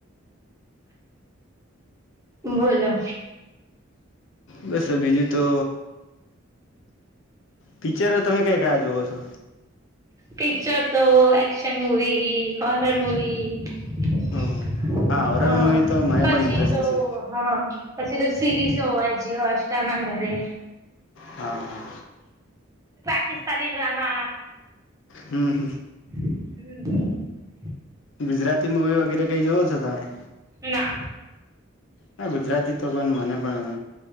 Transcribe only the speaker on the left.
બસ બીજું તો પિક્ચર તમે કઈ કયા જોવો છો?
ઓહ હોરર
મૂવી તો મને
પણ ઇન્ટરેસ્ટ
છે
હા હા
હમ હ.
ગુજરાતી મૂવી વગેરે કઈ જોવો છો તમે.
હા ગુજરાતી તો પણ મને પણ